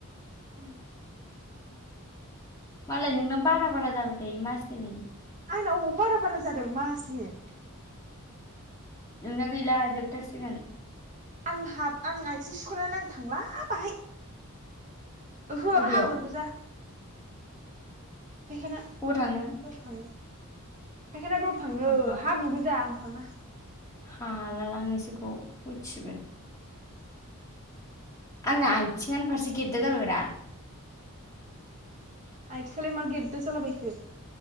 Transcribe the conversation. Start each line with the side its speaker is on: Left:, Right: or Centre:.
Right: उ
Left: मालाय नोंनो बारा बारा जाबाय थायो मासथिनि
Right: आंनाव अबाव बारा बारा जादों मासनि
Left: नोंना गैला जोबथारसिगोन
Right: आं हाब आं आइथि स्कुलावनो आं थांला बाहाय ओहो
Left: अबेयाव
Right: हाब्रु गोजा फायखाना
Left: अबाव थांनो
Right: दरफांनो फायखाना दरफांनो
Left: आं
Right: हाब्रु गोजा फाङा
Left: हाला लाांनिसोखौ होथिबो आं आइथिंगानफारसे गेट दामबा
Right: आइ फिसलाय मा गेरदो जालाबायखो